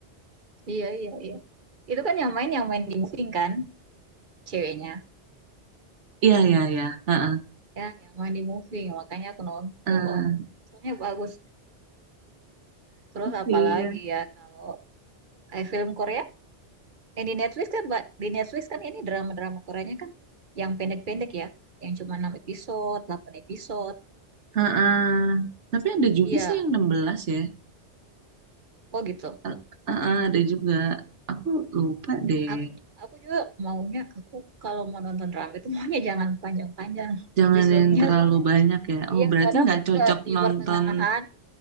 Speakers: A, on the right; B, on the right.
A: Iya, iya, iya. Itu kan yang main yang main di moving kan ceweknya.
B: Iya, iya, iya. Heeh.
A: Ya, yang main di moving. Makanya aku nonton.
B: Eh,
A: Soalnya bagus. Terus apalagi
B: iya.
A: ya kalau eh, film Korea, eh di Netflix kan, Mbak, di Netflix kan ini drama-drama Koreanya kan yang pendek-pendek ya, yang cuma 6 episode, delapan episode.
B: Heeh. Tapi ada juga
A: Iya,
B: sih yang 16 ya.
A: oh gitu.
B: Eh, Heeh, ada juga. Aku lupa deh.
A: Aku aku juga maunya aku kalau mau nonton drama itu maunya jangan panjang-panjang
B: Jangan
A: episodenya
B: yang terlalu
A: <laughs> soalnya
B: banyak ya.
A: iya
B: Oh, berarti
A: kadang
B: nggak
A: udah
B: cocok
A: di
B: nonton,
A: pertengahan,